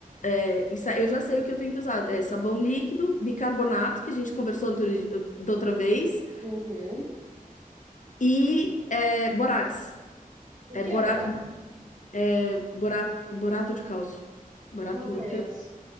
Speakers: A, on the left; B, on the right.
A: é, isso, aí eu já sei o que eu tenho que usar, é sabão líquido, bicarbonato, que a gente conversou outro di- da outra vez,
B: Uhum.
A: e é, borax,
B: O
A: é
B: que
A: borato,
B: é borax?
A: é bora- borato de cálcio, borato,
B: Não conheço.
A: de